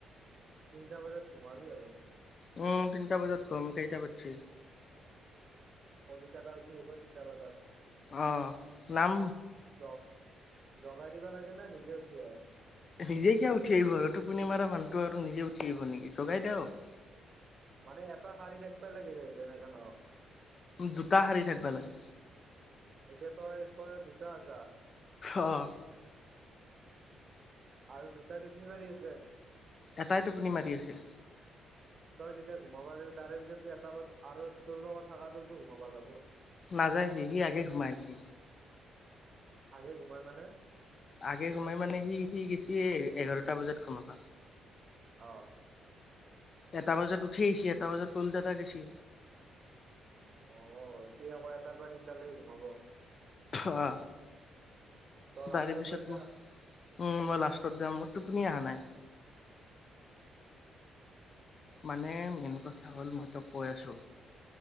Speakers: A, on the right; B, on the left.
A: তিনিটা বজাত সোমাবি আৰু।
B: উমঁ, তিনিটা বজাত সোমাম, কেইটা বাজিছে?
A: <inaudible> কলিতা দাৰ তিনিটা বজাত
B: অ নাম
A: আছে। জগাই দিব লাগে নে? নিজে উঠি আহে।
B: নিজে কিয় উঠি আহিব আৰু। টোপুনি মাৰা মানুহটো আৰু নিজে উঠিয় আহিব নেকি জগাই দিয়ক।
A: মানে এটা শাৰী দেখাবই লাগে, যেনেকে নহওঁক।
B: দুটা শাৰী থাকিব লাগে।
A: এতিয়া তই দুটা আছা?
B: অঁহ।
A: আৰু দুুটা ৰুটি মাৰি আছে।
B: এটাই টোপনি মাৰি আছে।
A: <inaudible> তই যেতিয়া ঘোমাবা যাবি। তাৰে পিছটো এটা আৰু তোৰ লগত থকাটো ঘোমাবা যাব।
B: নাযায় সি, সি আগে সোমাইছে।
A: আগে ঘোমাই মানে?
B: আগে ঘোমাই মানে সি -সি এতিয়া গেছে'হে এঘাৰটা বজাত ঘোমাব।
A: অহ।
B: এটা বজাত উঠি আহিছে, এটা বজাত ক'ল দাদা গৈছে।
A: অ সি আকৌ এটাৰ পৰা তিনিটালৈ গুমাব।
B: অ,
A: তই লাষ্টত
B: বাৰীৰ পিছটোৰ।
A: লৈ যা
B: ও মই লাষ্টত যাম। মোৰ টোপনি অহা নাই। মানে মেইন কথা হ'ল মই টোক কৈ আছো।